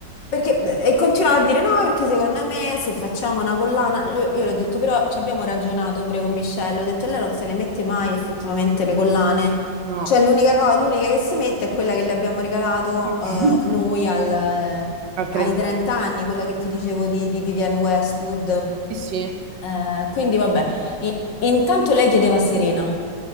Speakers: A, on the left; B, on the right.
A: Perché, eh, e continuava a dire no, perché secondo me se facciamo una collana, io, io le ho detto però ci abbiamo ragionato pure con Michelle, ho detto lei non se le mette mai effettivamente le collane,
B: No,
A: cioè l'unica cosa, l'unica che si mette è quella che le abbiamo regalato
B: <laughs>
A: eh, noi al, eh,
B: al trentesimo.
A: ai 30 anni, quella che ti dicevo di, di Vivienne Westwood.
B: Sì, sì,
A: Eh, quindi vabbè, I- intanto lei chiedeva a Serena.